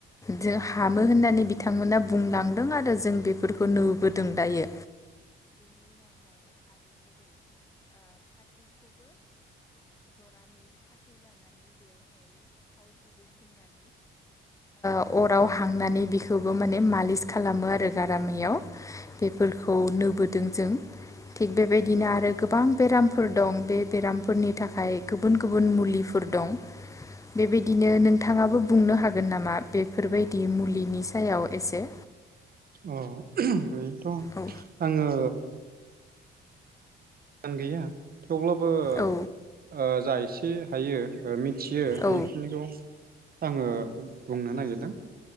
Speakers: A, on the left; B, on the right.
A: जों हामो होननानै बिथांमोना बुंलांदों आरो जों बेफोरखौ नुबोदों दायो। अराव हांनानै बेखौबो माने मालिस खालामो आरो गारामायाव बेफोरखौ नोबोदों जों थिग बे बादिनो आरो गोबां बेरामफोर दं। बे बेराम फोरनि थाखाय गोबोन गोबोन मुलिफोर दं। बि बादिनो नोंथाङा बो बुंनो हागोन नामा? बेफोरबायदि मुलिनि सायाव एसे
B: अ' ओय थम
A: औ
B: आङो आं गैया। थौब्लाबो ओ
A: औ
B: जा एस बे हायो ओ मिन थियो
A: औ
B: बेखिनिखौ आङो बुंनो नागिरदों।